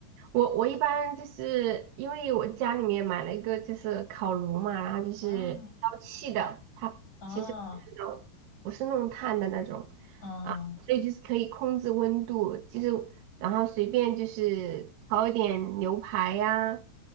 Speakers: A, on the right (about 75°); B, on the left (about 40°).
A: 我我一般就是因为我家里面买了一个就是烤炉嘛，然后就是烧气的，
B: 啊
A: 它其实不是烧不是弄炭的那种
B: 哦哦
A: 啊，所以就是可以控制温度，就是然后随便就是烤一点牛排呀、